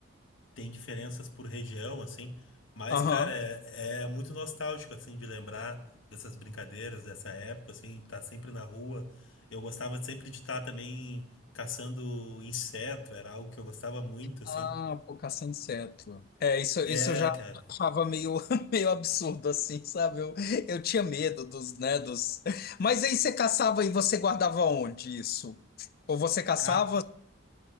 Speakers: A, on the left; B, on the left.
A: tem diferenças por região, assim, mas,
B: aham.
A: cara, é, é muito nostálgico, assim, de lembrar dessas brincadeiras dessa época, assim, de estar sempre na rua. Eu gostava sempre de estar também caçando inseto, era algo que eu gostava muito, assim.
B: Ah, por caça a inseto. É, isso, isso
A: É,
B: eu já
A: cara.
B: achava meio, <laughs> meio absurdo, assim, sabe? Eu, eu tinha medo dos, né, dos... Mas aí você caçava e você guardava onde isso? Ou você caçava...
A: Ca-